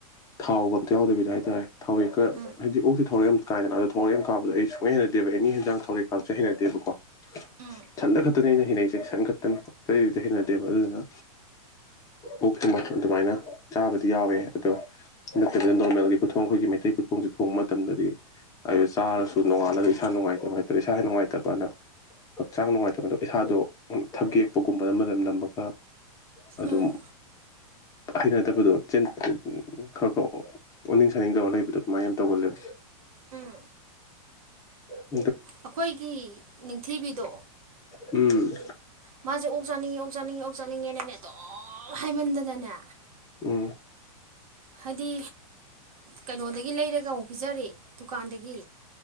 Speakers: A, on the left (about 20°); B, on the right (about 70°).
A: ꯊꯥꯎꯒ ꯑꯝꯇ ꯌꯥꯎꯗꯕꯤꯗ ꯍꯥꯏꯇꯥꯔꯦ ꯊꯥꯎꯔꯦꯛ ꯈꯔ
B: ꯎꯝ
A: ꯍꯥꯏꯗꯤꯛ ꯑꯣꯛꯁꯤ ꯊꯥꯎꯔꯦꯛ ꯑꯃꯝꯇ ꯀꯥꯏꯗꯅ ꯑꯗꯣ ꯊꯧꯛ ꯌꯥꯝ ꯀꯥꯕꯗꯣ ꯑꯩ ꯁꯣꯏꯅ ꯍꯩꯅꯗꯦꯕ ꯑꯦꯅꯤ ꯍꯟꯖꯥꯡ ꯊꯧꯛꯦꯛ ꯀꯥꯞꯕꯁꯤꯁꯦ ꯍꯩꯅꯗꯦꯕꯀꯣ
B: ꯎꯝ
A: ꯁꯟꯗ ꯈꯛꯇ ꯑꯗꯨꯅ ꯑꯩꯅ ꯍꯩꯅꯟꯅꯩꯏꯁꯦꯪꯈꯛꯇꯅ ꯍꯩꯅꯗꯦꯕ ꯑꯗꯨꯗꯨꯅꯥ ꯑꯣꯛꯇꯨꯃ ꯑꯗꯨꯃꯥꯏꯅ ꯆꯥꯕꯗꯤ ꯌꯥꯎꯋꯦ ꯑꯗꯣ ꯅꯠꯇꯕꯤꯗ ꯅꯣꯔꯃꯦꯜꯒꯤ ꯈꯨꯊꯣꯡ ꯑꯩꯈꯣꯏꯒꯤ ꯃꯩꯇꯩ ꯈꯨꯊꯣꯡꯁꯦ ꯊꯣꯡꯕ ꯃꯇꯝꯗꯗꯤ ꯑꯗꯨ ꯆꯥꯔꯁꯨ ꯅꯣꯡꯉꯥꯂꯒ ꯏꯁꯥ ꯅꯨꯡꯉꯥꯏꯇꯕ ꯍꯥꯏꯇꯥꯔꯦ ꯏꯁꯥ ꯍꯦ ꯅꯨꯡꯉꯥꯏꯇꯕꯅ ꯍꯛꯆꯥꯡ ꯅꯨꯡꯉꯥꯏꯇꯕꯗ ꯏꯁꯥꯗꯣ ꯊꯒꯦꯛꯄꯒꯨꯝꯕꯅꯅ ꯅꯝꯃꯒ ꯑꯗꯨꯝ
B: ꯎꯝ
A: ꯍꯩꯅꯗꯕꯗꯣ ꯈꯔ ꯈꯔ ꯑꯣꯅꯤꯡ ꯁꯥꯅꯤꯡꯗꯧꯔ ꯂꯩꯕꯗꯣ ꯑꯗꯨꯃꯥꯏꯅ ꯌꯥꯝꯅ ꯇꯧꯒ ꯂꯩ
B: ꯎꯝ
A: <unintelligible>
B: ꯑꯩꯈꯣꯏꯒꯤ ꯅꯤꯡꯊꯤꯕꯤꯗꯣ
A: ꯎꯝ
B: ꯃꯥꯁꯦ ꯑꯣꯛ ꯆꯥꯅꯤꯡꯉꯤ ꯑꯣꯛ ꯆꯥꯅꯤꯡꯉꯤ ꯑꯣꯛ ꯆꯥꯅꯤꯡꯉꯦꯅꯦꯅꯦ ꯑꯗꯨꯝ ꯍꯥꯏꯃꯟꯗꯗꯅꯦ
A: ꯎꯝ
B: ꯍꯥꯏꯗꯤ ꯀꯩꯅꯣꯗꯒꯤ ꯂꯩꯔꯒꯥ ꯑꯃꯨꯛ ꯄꯤꯖꯔ ꯗꯨꯀꯥꯟꯗꯒꯤ